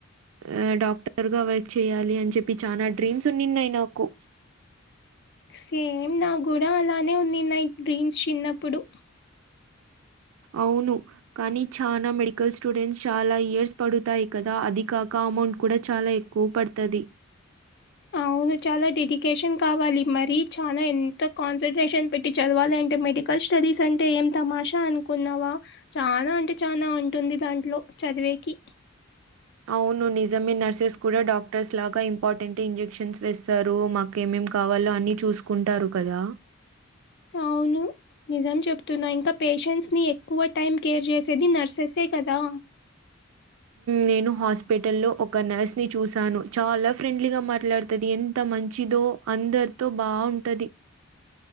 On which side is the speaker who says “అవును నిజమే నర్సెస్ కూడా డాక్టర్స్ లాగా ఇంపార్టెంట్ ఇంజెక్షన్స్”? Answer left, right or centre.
Right